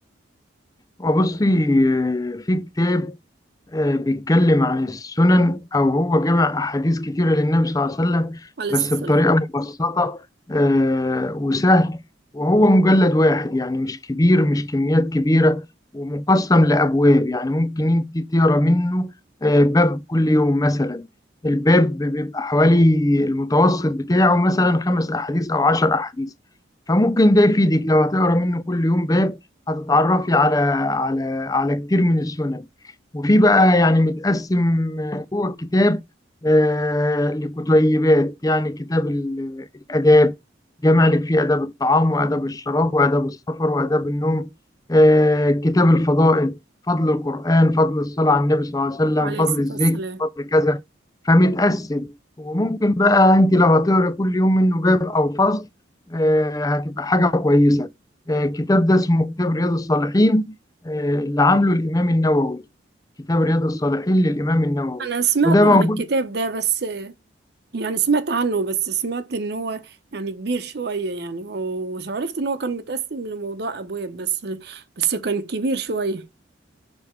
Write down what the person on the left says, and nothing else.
وبصي آه، في كتاب آه، بيتكلم عن السنن أو هو جمع أحاديث كتيرة للنبي صلى الله عليه وسلم
بس
بطريقة مبسطة آه، وسهل وهو مجلد واحد يعني مش كبير مش كميات كبيرة ومقسم لأبواب يعني ممكن أنت تقرأ منه آه، باب كل يوم مثلا الباب بيبقى حوالي المتوسط بتاعه مثلا خمس أحاديث أو عشر أحاديث فممكن ده يفيدك لو هتقرأ منه كل يوم باب هتتعرفي على على على كتير من السنن وفي بقى يعني متقسم جوه الكتاب آه، لكتيبات يعني كتاب ال- الآداب جامع لك فيه آداب الطعام وآداب الشراب وآداب السفر وآداب النوم آه، كتاب الفضائل فضل القرآن فضل الصلاة على النبي صلى الله عليه وسلم
فضل
الذكر
فضل كذا فمتقسم وممكن بقى أنت لو هتقرأ كل يوم منه باب أو فصل آه، هتبقى حاجة كويسة آه، الكتاب ده اسمه كتاب رياض الصالحين آه، اللي عامله الإمام النووي كتاب رياض الصالحين للإمام النووي
وده
موجود